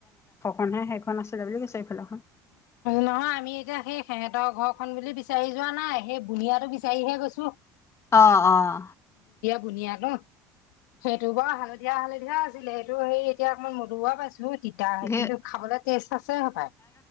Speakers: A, on the left; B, on the left.
A: অণহে সেইখন আছিলে বুম্পলি কৈছে এইফালে।
B: নহয় আমি এতিয়া সেই সিহঁতৰ ঘৰখনন বিচাৰি। বিচাৰি যোৱা নাই সেই বুনিয়াটো বিচাৰিহে গৈছো।
A: আহ আহ।
B: বুনিয় ন সেইটো বৰ হালধীয়া হালধীয়া। সুধিয়া আছিলে এইটো সেই এতিয়া অকমান মদুা পাইছো তিতাহে
A: ঘে
B: কিন্তু খাবলৈ টেষ্ট আছে সবাই।